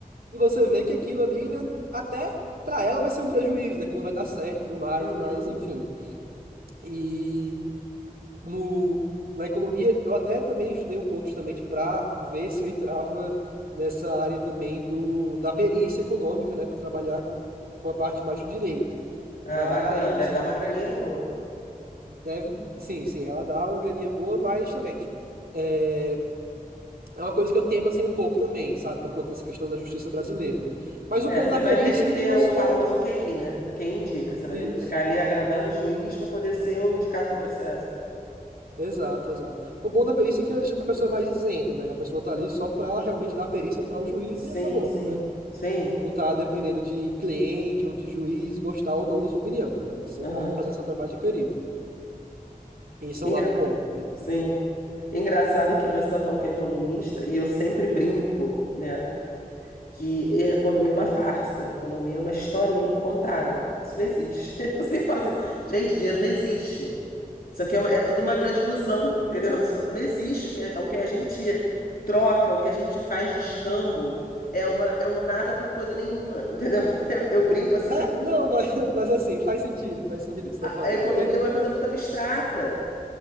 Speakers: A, on the right (about 90°); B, on the left (about 80°).
A: E você vê que aquilo ali, né, até para ela vai ser um prejuízo, né, que não vai dar certo e tudo mais,
B: Uhum.
A: mas enfim. E no, na economia, eu até também estudei um pouco justamente para ver se eu entrava nessa área também do, da perícia econômica, né, para trabalhar com a parte mais do direito. Mas
B: Ah, bacana. Deve dar uma graninha boa.
A: deve, sim, sim, ela dá uma graninha boa, mas justamente é, é uma coisa que eu temo assim um pouco também, sabe, por conta dessa questão da justiça brasileira, né? Mas o
B: É,
A: bom
B: você
A: da perícia
B: vai ter que ter
A: é que você
B: o famoso QI, né? O que indica. Você vai
A: isso.
B: ter que ficar ali agradando o juiz para poder ser o indicado do processo.
A: Exato, exato. O bom da perícia é que a pessoa é mais isenta, né? A pessoa tá ali só pra realmente dar a perícia para o juiz
B: Sim,
A: e acabou,
B: sim,
A: né?
B: sim.
A: não tá dependendo de cliente ou de juiz gostar ou não da sua opinião, né? Você
B: Aham.
A: tá fazendo seu trabalho de perito. E Isso
B: Engra-
A: é um lado bom, né?
B: Sim. Engraçado que você está falando que é economista, e eu sempre brinco, né? que a economia é uma farsa, a economia é uma historinha que contaram. Isso não existe. <laughs> Eu sempre falo assim, gente, dinheiro não existe. Isso aqui é, uma- é tudo uma grande ilusão, entendeu? Isso não existe o que, é, o que a gente troca, o que a gente faz de escambo, é uma, é um nada por coisa nenhuma, entendeu? <laughs> Eu, eu brinco assim
A: É,
B: que não,
A: não, <laughs> mas, mas assim, faz sentido, faz sentido o que você
B: a,
A: tá falando,
B: a economia
A: porque,
B: é uma coisa muito abstrata.